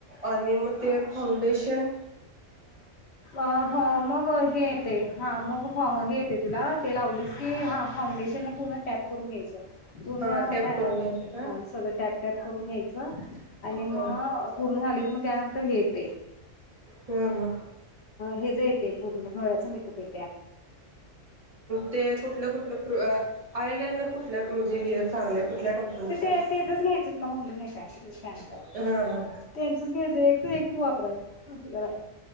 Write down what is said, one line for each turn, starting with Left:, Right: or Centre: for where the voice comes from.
Right: आणि मग ते फाउंडेशन
Left: अ ह मग हे येतंय हा मग हेे येते तुला ते लावलीस की हा फाउंडेशन न पूर्ण टॅप करून घ्यायच पूर्ण
Right: हा टॅप
Left: म
Right: करून घ्यायचं का?
Left: हा सगळ टॅप टॅप करून घ्यायच आणि मग
Right: ह
Left: पूर्ण झाली की मग त्यानंतर हेे अ
Right: हम्
Left: हे जे ते पूर्ण डोळ्याच मेअपये
Right: ते कुठल कुठल पृ आयलाइनर कुठ लक म्हणजे हे चांगल्या कुठल्या कंपनीचं?
Left: ते ते त्याजच घ्यायच तुला म्हणल नाय काय
Right: हा हा
Left: त्यांचच घ्यायच एक ते एक वापरायय